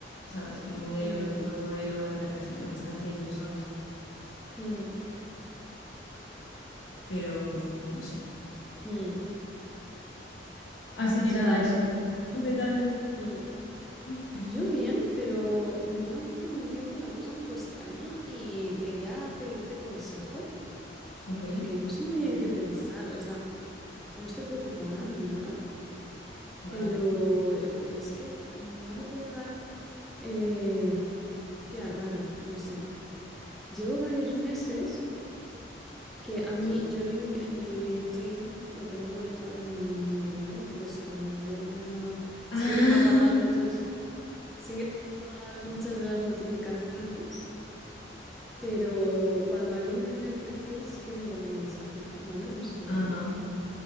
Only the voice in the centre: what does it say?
Mm,
mm,
mm,
Ya.
mm.
Yo bien, pero me llevan pasando un tiempo una cosa un poco extraña y quería pedirte consejo
porque no sé muy bien qué pensar. O sea, no estoy preocupada ni nada,
pero eh, eh, es que me ha vuelto a llegar, eh, tía, raro, no sé. Llevo varios meses que
a mí, yo lin- el LinkedIn lo tengo conectado a mi email, ¿vale? Entonces, cuando hay alguna,
sí que tengo apagadas muchas, sí que tengo apagadas muchas de las notificaciones. Pero cuando alguien me mira el perfil, sí que me llega un mensaje, ¿vale? No sé por
qué.